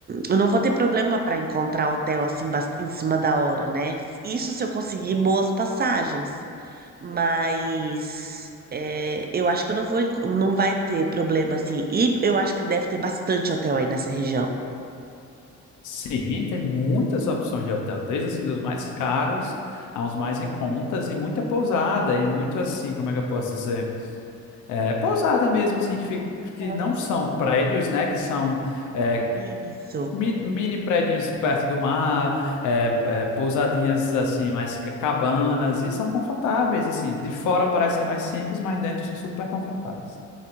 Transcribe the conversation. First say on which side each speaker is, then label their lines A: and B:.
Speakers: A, on the right; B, on the left.
A: eu não vou ter problema para encontrar hotel assim bas- em cima da hora, né? Isso se eu conseguir boas passagens. Mas é, eu acho que eu não vou, enco- não vai ter problema assim. E eu acho que deve ter bastante hotel aí nessa região.
B: Sim, tem muitas opções de hotel, desde assim dos mais caros a uns mais em contas e muita pousada e muito assim, como é que eu posso dizer? É, pousada mesmo assim que, fi- que
A: Bom.
B: não são prédios, né? Que são é,
A: Isso.
B: mi- mini prédios perto do mar, é, é, pousadinhas assim, mais ca- cabanas, e são confortáveis, assim. De fora parece ser mais simples, mas dentro são super confortáveis.